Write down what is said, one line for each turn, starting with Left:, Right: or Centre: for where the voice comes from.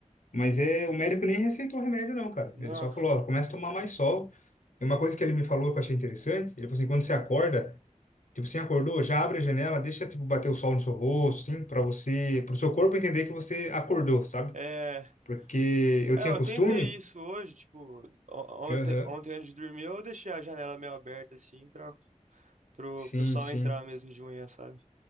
Left: Mas é, o médico nem receitou remédio, não, cara.
Right: Não,
Left: Ele só falou, ó, começa a tomar mais sol. E uma coisa que ele me falou que eu achei interessante, ele falou assim, quando você acorda, tipo, você acordou, já abre a janela, deixa, tipo, bater o sol no seu rosto, assim, pra você, pro seu corpo entender que você acordou, sabe?
Right: é.
Left: Porque eu
Right: É,
Left: tinha
Right: eu
Left: costume.
Right: tentei isso hoje, tipo, o- ontem,
Left: Aham.
Right: ontem antes de dormir eu deixei a janela meio aberta, assim, pra, pro,
Left: Sim,
Right: pro sol
Left: sim.
Right: entrar mesmo de manhã, sabe?